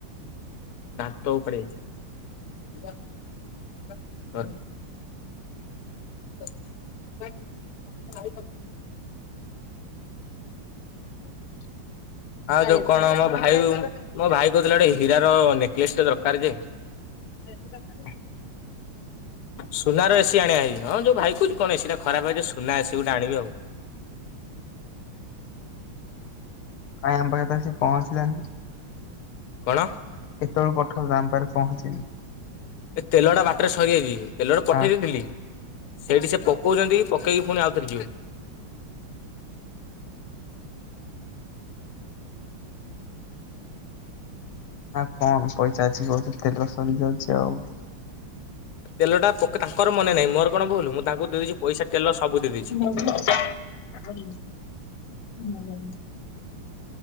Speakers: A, on the left; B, on the left.
A: ଦାନ୍ତ ଉପାଡି ଯାଇଛି ଘରେ। <inaudible>
B: <unintelligible>
A: ଆଉ ଯୋଉ କଣ ମୋ ଭାଇ ମୋ ଭାଇ କହୁଥିଲା ଗୋଟେ ହୀର ର ନେକଲେସ୍ ଟେ ଦରକାର୍ ଯେ <unintelligible>
B: <unintelligible>
A: ସୁନାର ଏସି ଆଣିଭାଇ ହଁ ଯୋଉ ଭାଇ କହୁଛି କଣ ଏସି ଟା ଖରାପ ହେଇଛି ସୁନା ଏସିି ଗୋଟେ ଆଣିବି ଆଉ।
B: କାଇଁ ଆମ ପାଖରେ ତ ସେ ପହଁଞ୍ଚିଲାନି।
A: କଣ?
B: କେତେବେଳୁ ପଠ ଦାମ୍ ପାରେ ପହଁଞ୍ଚିନି।
A: ଏ ତେଲଟା ବାଟରେ ସରିଯାଇଛି ତେଲଟା ପଠେଇ
B: ହଁ
A: ଦେଇଥିଲି। ସେଇଠି ସେ ପକଉଛନ୍ତି ପକେଇକି ପୁଣି ଆଉଥରେ ଯିବେ।
B: ଆଁ କଣ ପଇସା ଅଛି କହୁଛୁ ତେଲ ସରି ଯାଉଛି ଆଉ।
A: ତେଲଟା ପକ ତାଙ୍କର ମନେ ନାହିଁ ମୋର କଣ ଭୁଲୁ ମୁଁ ତାଙ୍କୁ ଦେଇଦେଇଛି ପଇସା ତେଲ ସବୁ ଦେଇ ଦେଇଛି।
B: <inaudible> <unintelligible>